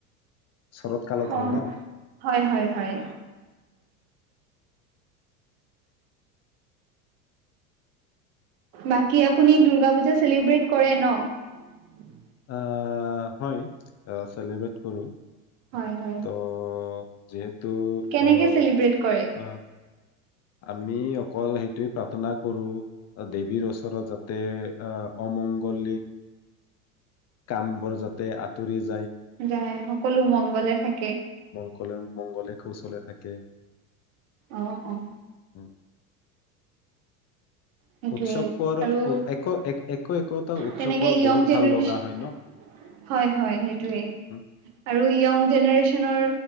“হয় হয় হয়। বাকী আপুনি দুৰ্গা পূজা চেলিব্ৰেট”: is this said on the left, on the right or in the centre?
Right